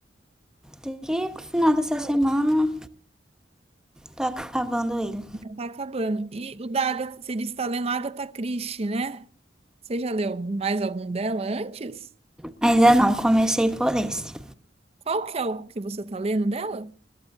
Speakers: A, in the centre; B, on the right.
A: Daqui pro final dessa semana, tô acabando ele.
B: Já tá acabando. E o da Agatha, você disse que tá lendo Agatha Christie, né? Você já leu mais algum dela antes?
A: Ainda não, comecei por esse.
B: Qual que é o que você tá lendo dela?